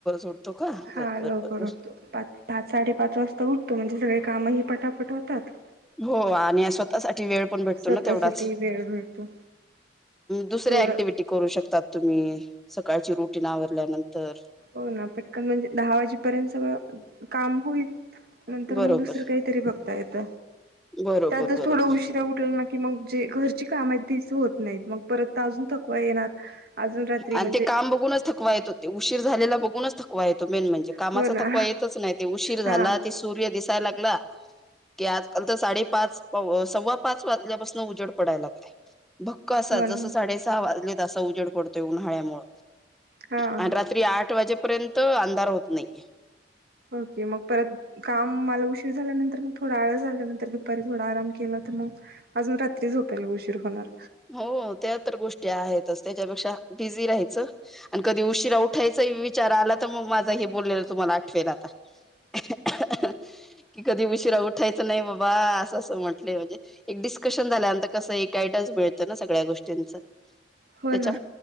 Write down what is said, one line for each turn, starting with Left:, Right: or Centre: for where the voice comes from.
Centre: उठतो का
Right: हा
Centre: बर बर
Right: लवकर
Centre: बर बर
Right: उठतो पाच पाच साडेपाच वाजता उठतो म्हणजे सगळे. कामंही पटापट होतात
Centre: हो आणि स्वतःसाठी. वेळ पण भेटतो
Right: स्वतःसाठी
Centre: ना तेवढाच
Right: वेळ भेटतो
Centre: दुसऱ्या
Right: तेवढं
Centre: ऍक्टिव्हटी करू शकतो. म्हणतात तुम्ही सकाळची रुटीन आवरल्यानंतर
Right: होना पटकन म्हणजे दहा वाजेपर्यंत सगळ काम होईल नंतर
Centre: बरोबर
Right: मग दुसर काही ते तरी बघता येत
Centre: बरोबर
Right: त्यातच
Centre: बरोबर
Right: थोड उशीरा उठल. कि मग जे घरची काम आहेत तच होत नाहीत मग परत त अजून थकवा येणार. अजून रात्री
Centre: आणि
Right: म्हणजे
Centre: ते काम बघूनच थवा येतो ते उशीर झालेला बघूनच थवा येतो मेन म्हणजे. कामाचा
Right: हो ना
Centre: थकवा येतच नाही ते उशीर झाला
Right: हा
Centre: त सूर्य दिसायला लागला. की आजकाल तर साडेपाच सव्वा पाच वाजल्यापासून उजड पडायला लागलाय भक्क असा
Right: हो
Centre: जसं
Right: ना
Centre: साडे सहा वाजले तसा उजड पडतोय उन्हाळ्यामुळ.
Right: हा
Centre: आणि रात्री आठ वाजेपर्यंत अंधार होत नाही.
Right: ओके मग परत काम मला उशीर झाल्यानंतर मग थोडा आळ झाल्यानंतर दुपारी थोडा आराम केला तर मग. अजून रात्री झोपायला उशीर होणार.
Centre: हो त्या तर गोष्टी आहेतच त्याच्यापेक्षा बिझी राहायचं. आणि कधी उशिरा उठायचा विचार आला तर मग माझा हे बोललेला तुम्हाला आठवेल आता. <unintelligible> कि कधी उशीिरावुट ायचं नाही बाबा असं असं म्हटलं म्हणजे एक डिस्कशन झाल्यानंतर कसं एकयडम्स मिळत. ना सगळ्या गोष्टींच त्याच्या
Right: हो ना